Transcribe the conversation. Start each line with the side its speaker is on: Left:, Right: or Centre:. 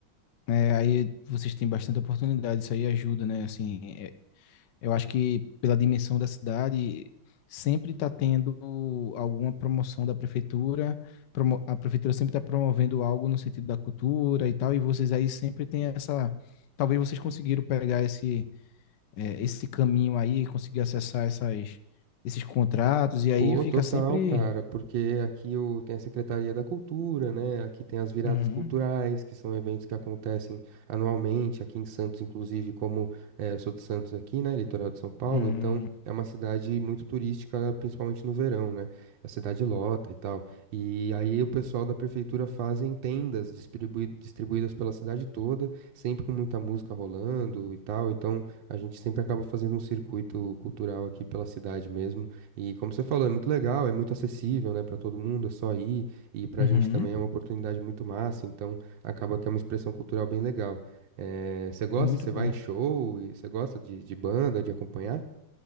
Left: É, aí vocês têm bastante oportunidade, isso aí ajuda, né? Assim, é, Eu acho que pela dimensão da cidade, sempre está tendo alguma promoção da prefeitura, promo- a prefeitura sempre está promovendo algo no sentido da cultura e tal, e vocês aí sempre têm essa. Talvez vocês conseguiram pegar esse, eh, esse caminho aí, conseguir acessar essas, esses contratos, e aí
Right: Pô,
Left: fica
Right: total,
Left: sempre.
Right: cara, porque aqui o, tem a Secretaria da Cultura, né? Aqui tem as viradas
Left: Uhum,
Right: culturais, que são eventos que acontecem anualmente, aqui em Santos, inclusive, como eh, eu sou de Santos aqui, né? Litoral de São Paulo,
Left: uhum,
Right: então é uma cidade muito turística, principalmente no verão, né? A cidade lota e tal. E aí o pessoal da prefeitura fazem tendas distribui- distribuídas pela cidade toda, sempre com muita música rolando e tal. Então a gente sempre acaba fazendo um circuito cultural aqui pela cidade mesmo. E como você falou, é muito legal, é muito acessível, né, para todo mundo, é só ir, e pra
Left: uhum.
Right: gente também é uma oportunidade muito massa, então acaba que é uma expressão cultural bem legal. Eh, você gosta,
Left: Muito
Right: você
Left: bom.
Right: vai em show, e você gosta de, de banda, de acompanhar?